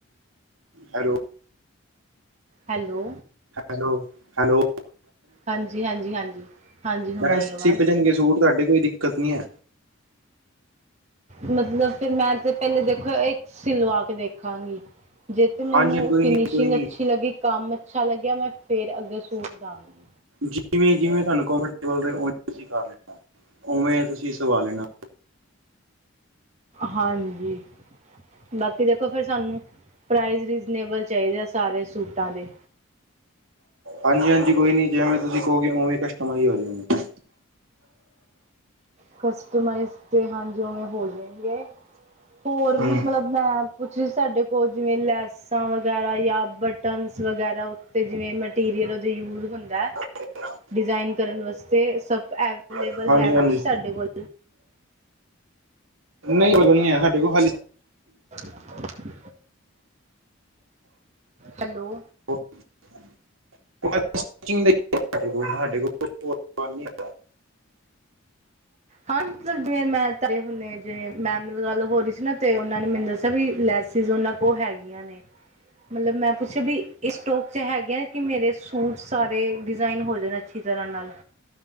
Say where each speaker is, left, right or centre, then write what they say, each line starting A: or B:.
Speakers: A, on the right; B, on the right.
A: ਹੈਲੋ।
B: ਹੈਲੋ।
A: ਹੈਲੋ-ਹੈਲੋ
B: ਹਾਂਜੀ-ਹਾਂਜੀ, ਹਾਂਜੀ-ਹਾਂਜੀ ਹੁਣ
A: ਮੈਂ ਕਿਹਾ
B: ਆਈ ਆਵਾਜ਼
A: ਸਿਪ ਜਾਣਗੇ ਸੂਟ ਤੁਆਡੀ ਕੋਈ ਦਿੱਕਤ ਨੀ ਐ।
B: ਮਤਲਬ, ਫਿਰ ਮੈਂ ਤੇ ਪਹਿਲੇ ਦੇਖੋ, ਇੱਕ ਸਿਲਵਾ ਕੇ ਦੇਖਾਂਗੀ। ਜੇ ਤੇ ਮੈਨੂੰ
A: ਹਾਂਜੀ ਕੋਈ
B: ਫਿਨਿਸ਼ਿੰਗ
A: ਨੀ ਕੋਈ ਨੀ
B: ਅੱਛੀ ਲੱਗੀ, ਕੰਮ ਅੱਛਾ ਲੱਗਿਆ। ਮੈਂ ਫੇਰ ਅੱਗੇ ਸੂਟ ਦਾਂਗੀ।
A: ਜਿਵੇਂ-ਜਿਵੇਂ ਤੁਹਾਨੂੰ ਕੰਫਰਟੇਬਲ ਰਏ, ਓਵੇ ਤੁਸੀਂ ਕਰ ਲੈਣਾ, ਓਵੇ ਤੁਸੀਂ ਸਵਾ ਲੈਣਾ।
B: ਹਾਂਜੀ। ਬਾਕੀ, ਦੇਖੋ ਫਿਰ ਸਾਨੂੰ ਪ੍ਰਾਈਜ਼ ਰੀਜਨੇਬਲ ਚਾਹੀਦੇ ਆ। ਸਾਰੇ ਸੂਟਾਂ ਦੇ
A: ਹਾਂਜੀ-ਹਾਂਜੀ ਕੋਈ ਨੀ ਜਿਵੇਂ ਤੁਸੀਂ ਕਹੋਗੇ, ਉਵੇਂ ਕਸਟਮਾਈਜ਼ ਹੋ ਜਾਂਣਗੇ।
B: ਕਸਟਮਾਈਜ਼ ਤੇ ਹਾਂਜੀ ਓਵੇਂ ਹੋ ਜਾਣਗੇ, ਹੋਰ
A: ਹੂੰ
B: ਵੀ ਮਤਲਬ ਮੈਂ ਪੁੱਛ ਸਾਡੇ ਕੋਲ ਜਿਵੇਂ ਲੈਸਾਂ ਵਗੈਰਾ ਜਾਂ ਬਟਨਸ ਵਗੈਰਾ ਅਤੇ ਜਿਵੇਂ ਮਟੀਰੀਅਲ ਉਦੇ ਯੂਜ਼ ਹੁੰਦਾ।
A: <unintelligible>
B: ਡਿਜ਼ਾਇਨ ਕਰਨ ਵਾਸਤੇ ਸਭ ਅਵੇਲੇਬਲ
A: ਹਾਂਜੀ-ਹਾਂਜੀ-ਹਾਂਜੀ
B: ਹੈ। ਕੁੱਛ ਸਾਡੇ ਕੋਲ
A: ਨਹੀਂ, ਉਹ ਤਾਂ ਨਹੀਂ ਹੈ। ਸਾਡੇ ਕੋਲ ਖਾਲੀ
B: <inaudible> ਹੈਲੋ।
A: <inaudible>
B: ਹਾਂ ਮਤਲੱਬ ਜਿਵੇਂ ਮੈਂਮ ਘਰੇ ਹੁਨੇ, ਜਿਵੇਂ ਮੈਮ ਨਾਲ ਗੱਲ ਹੋ ਰਹੀ ਸੀ ਨਾ ਤੇ ਉਹਨਾਂ ਨੇ ਮੈਨੂੰ ਦੱਸਿਆ ਵੀ ਲੈਸੀਜ ਉਹਨਾਂ ਉਹ ਹੈਗੀਆਂ ਨੇ। ਮਤਲੱਬ ਮੈਂ ਪੁੱਛਿਆ ਵੀ ਇਸ ਸਟੋਕ ਚ ਹੈਗੇ ਆ, ਕਿ ਮੇਰੇ ਸੂਟ ਸਾਰੇ ਡਿਜ਼ਾਇਨ ਹੋ ਜਾਣੇ। ਅੱਛੀ ਤਰ੍ਹਾਂ ਨਾਲ